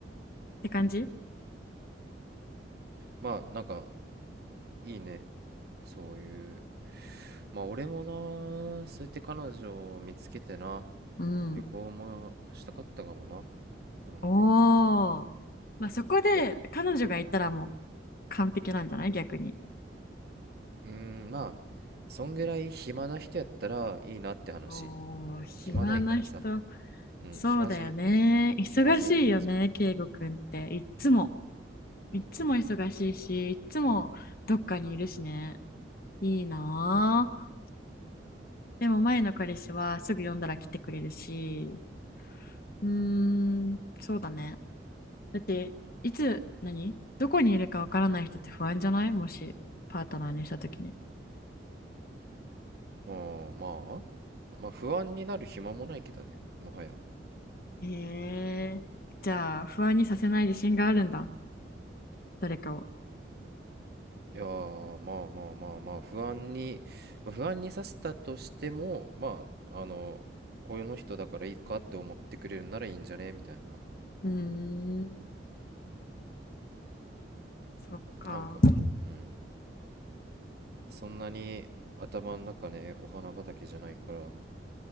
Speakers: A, on the left; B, on the right.
A: て感じ
B: まあ、なんか、いいね。そういう。まあ、俺もな、そうやって彼女を見つけてな、
A: うん。
B: 旅行もしたかったかもな。なんか。
A: おおまあそこで彼女がいたらもう
B: いや、
A: 完璧なんじゃない逆に。
B: うーん、まあ、そんぐらい暇な人やったらいいなって話。
A: おー、
B: うん、
A: 暇な人。
B: 暇ないからさ。うん、
A: そうだよね。
B: 暇人、
A: 忙しいよね、
B: 暇人、暇人。
A: 圭吾くんって。いっつも。いっつも忙しいし、
B: うん、うん。
A: いっつもどっかにいるしね。いいなぁ。でも前の彼氏はすぐ呼んだら来てくれるし。うーん、そうだね。だっていつ何どこにいるかわからない人って不安じゃないもしパートナーにした時に
B: あーまあ、まあ、不安になる暇もないけどね、もはや。
A: えーじゃあ不安にさせない自信があるんだ誰かを
B: いやー、まあまあまあまあ、不安に、まあ、不安にさせたとしても、まあ、あの、こうういうの人だからいいかって思ってくれるならいいんじゃねみたいな。
A: うーんそっか
B: なんか、うん。そんなに頭の中ね、お花畑じゃないから。